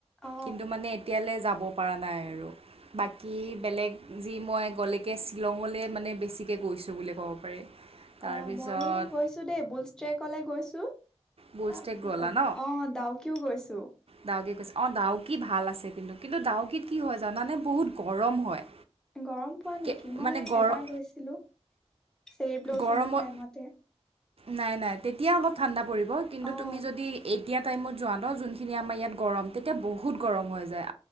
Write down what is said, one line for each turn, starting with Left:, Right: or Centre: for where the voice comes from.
Centre: অ
Right: কিন্তু মানে এতিয়ালৈ যাব যাব‌ পৰা নাই আৰু বাকী বেলেগ যি মই গলেগে শ্বিলং মানে বেছি গৈছোঁ বুলি কব পাৰি। তাৰপিছত
Centre: অ ময়ো গৈছো দেই, বুলষ্ট্ৰেকলে গৈছো।
Right: বুলষ্টেক
Centre: তাৰপিছত
Right: গলা ন।
Centre: অ' ডাউকিও গৈছো।
Right: ডাউকে কৈছে অ ডাউকি ভাল আছে। কিন্তু কিন্তু ডাউকীত কি হয় জানানে বহুত গৰম হয়
Centre: গৰম পোৱা নেকি,
Right: কে-
Centre: মই
Right: মানে গৰম
Centre: এবাৰ গৈছিলো। সেৰিব্লচমৰ
Right: গৰমৰ
Centre: টাইমতে।
Right: নাই নাই তেতিয়া অলপ ঠাণ্ডা পৰিব কিন্তু
Centre: অ'
Right: তুমি যদি এই এতিয়া টাইমত যোৱা ন যোনখিনি আমাৰ ইয়াত গৰম তেতিয়া বহুত গৰম হৈ যায়‌।